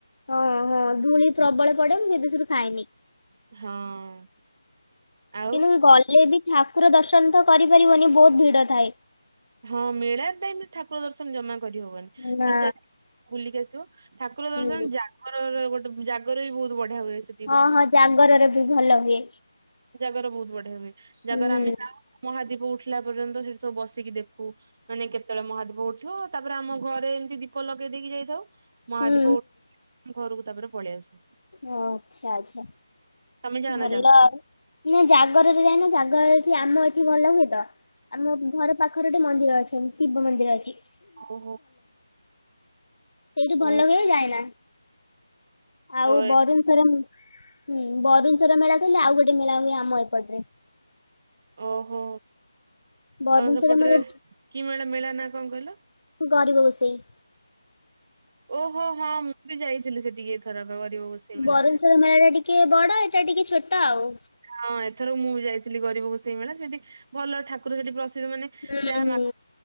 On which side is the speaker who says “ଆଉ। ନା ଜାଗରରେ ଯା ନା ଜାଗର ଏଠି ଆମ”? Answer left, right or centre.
Left